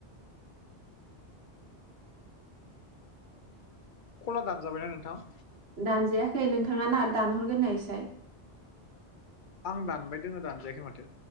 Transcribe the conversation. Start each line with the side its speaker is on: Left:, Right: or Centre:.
Left: खला दानजाबायना नोंथां?
Right: दानजायाखै नोंथाङा ना दानहरगोरनायसाय।
Left: आं दानबाय दोङो दानजायाखै माथो।